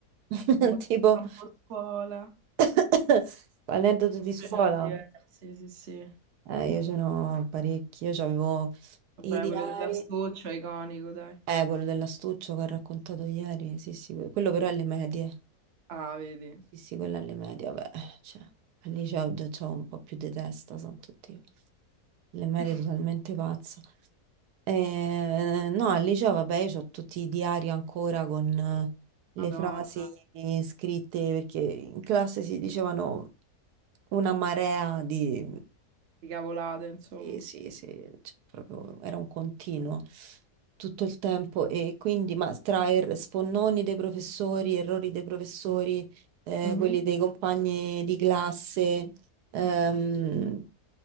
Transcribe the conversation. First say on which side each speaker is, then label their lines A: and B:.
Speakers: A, on the right; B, on the right.
A: <laughs>
B: di qualche
A: Tipo,
B: campo scuola?
A: <coughs> aneddoto di scuola.
B: Io Ce n'ho diversi, sì, sì.
A: Eh, io ce n'ho parecchi, io c'avevo
B: Vabbè,
A: i diari,
B: quello dell'astuccio è iconico, dai.
A: eh, quello dell'astuccio che ho raccontato ieri, sì, sì, que- quello però alle medie,
B: Ah, vedi.
A: sì, sì, quello alle medie, vabbè, cioè, al liceo già c'ho un po' più di testa, sono tutti, le medie
B: <laughs>
A: totalmente pazza. Eh, no, al liceo, vabbè, io c'ho tutti i diari ancora con eh, le
B: Madonna,
A: frasi eh, scritte, perché in classe si dicevano una marea di
B: che cavolate, insomma.
A: Sì, sì, sì, cioè, proprio era un continuo tutto il tempo e quindi, ma tra er- sfonnoni dei professori, errori dei professori, eh,
B: Mhm.
A: quelli dei compagni di classe, ehm,